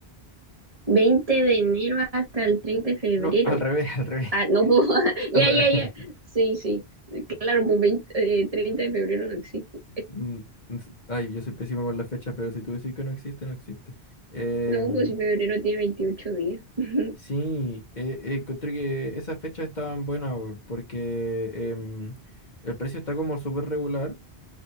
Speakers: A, on the right; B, on the left.
A: Veinte de enero hasta el 30 de febrero.
B: No, al revés, al revés,
A: Ah, no
B: <laughs>
A: puedo. <laughs>
B: al
A: Ya,
B: revés.
A: ya, ya. Sí, sí. Claro, pues veinte, eh, 30 de febrero no existe.
B: Mm, s- Ay, yo soy pésimo con las fechas, pero si tú decís que no existe, no existe. Em,
A: No, pues si febrero tiene 28 días. <laughs>
B: sí, eh, eh, encontré que esas fechas estaban buenas weón, porque em, el precio está como súper regular